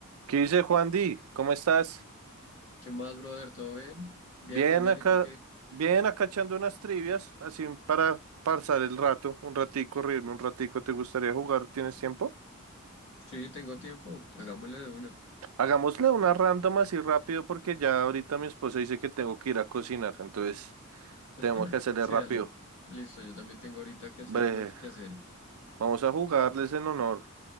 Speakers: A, on the right; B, on the left.
A: ¿Qué dice Juan Di? ¿Cómo estás?
B: ¿Qué más, brother? ¿Todo bien? Bien,
A: Bien
B: muy bien.
A: acá,
B: ¿Y tú qué?
A: bien acá echando unas trivias, así para pasar el rato, un ratico, reírme un ratico. ¿Te gustaría jugar? ¿Tienes tiempo?
B: Sí, tengo tiempo. Hagámosle de una.
A: Hagámosle una random así rápido porque ya ahorita mi esposa dice que tengo que ir a cocinar, entonces
B: <laughs>
A: tengo que hacerle
B: Sí,
A: rápido.
B: dale. Listo, yo también tengo ahorita que hacer
A: Bre-
B: unos quehaceres.
A: vamos a jugarles en honor.